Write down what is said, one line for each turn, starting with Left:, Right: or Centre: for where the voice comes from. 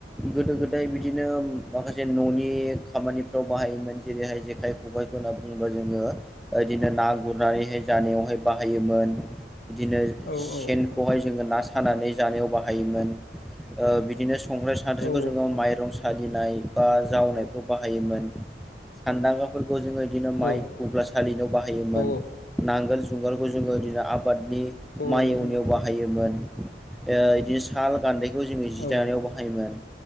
Centre: गोदो गोदाय बिदिनो माखासे न'नि खामानिफ्राव बाहायोमोन जेरैहाय जेखाय खबाइफोर होनना बुङोबा जोङो इदिनो ना गुरनानैहाय जानायावहाय बाहायोमोन इदिनो
Left: औ
Centre: सेन
Left: औ
Centre: खौहाय जों ना सानानै जानायाव बाहायोमोन बिदिनो संग्राय साद्रिखौ
Left: औ
Centre: जोङो माइरं सालिनाय बा जावनायफ्राव बाहायोमोन सानदांगा फोरखौ जोङो इदिनो माइ
Left: औ
Centre: गुग्ला सालिनायाव बाहायोमोन
Left: औ
Centre: नांगोल जुंगालखौ जोङो इदिनो आबादनि
Left: औ
Centre: माइ
Left: नोंथां
Centre: एवनायाव
Left: औ
Centre: बाहाय बाहायोमोन ओ इदिनो साल गान्दैखौ जोङो जि
Left: औ
Centre: दानायाव बाहायोमोन